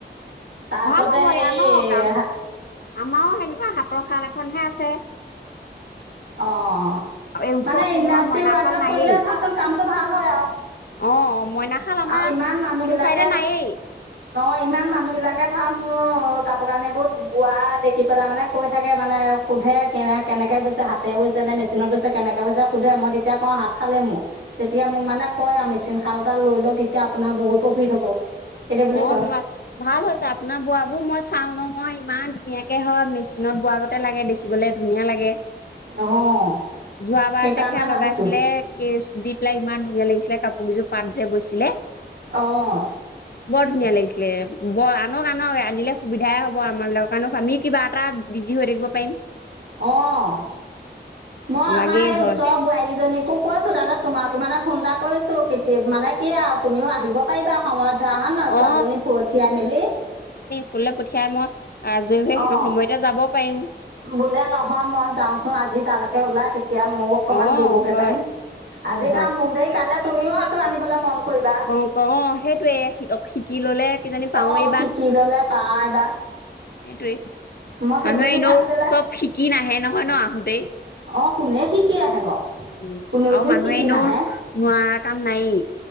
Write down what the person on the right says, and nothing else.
তাৰপিছতে
হেৰি
অ'
মানে
ইণ্ডাষ্ট্ৰি
ৱাইজত
কৰিলে ধৰাচোন কামটো ভাল হয়, আৰু,
আৰু ইমান মানুহ
বিলাকে
অ', ইমান মানুহ বিলাকে ধৰা মোৰ কাপোৰ কানিবোৰত বোৱা দেখি পেলাই মানে কৈ থাকে মানে সোধে কেনে, কেনেকে বৈছা? হাত তে বৈছে নে, মেচিনত বৈছে কেনেকে বৈছে সোধে মই তেতিয়া কওঁ হাত শালে মোৰ, তেতিয়া মোক মানে কয় আৰু মেচিন শাল এটা লৈ লওঁক তেতিয়া আপোনাৰ বহুত প্ৰফিট হ'ব। সেইটো বুলি
কয়
অ',
সেইকাৰণে
ভাবিছোঁ
অ'।
অ', মই আমাৰ
সেই
ওচৰৰ বোৱাৰী কেইজনীকো কৈছো তাতে তোমাকো মানে ফোন এটা কৰিছোঁ, কেতি-মানে য়া, আৰু তুমিও আহিব পাৰিবা সময়ত ধৰা
হয়, ন? ছোৱালীজনী
পঠিয়াই মেলি
অ
বোলে নহয় মই যাওঁচোন আজি তালৈ কে ওলাই তে তিয়া ময়ো অকমান
ব'বগে
পাৰিম আজি
ধাম মোক দেৰি কাইলে তুমিও এইটো আনিব মন কৰিবা
অঁ
শিকি ল'লে পাৰা এইবাৰ
মই সেই
বুলি
ভাবি পেলাই
অঁ কোনে শিকি আহে বাৰু
কোনেওতো
শিকি
নাহে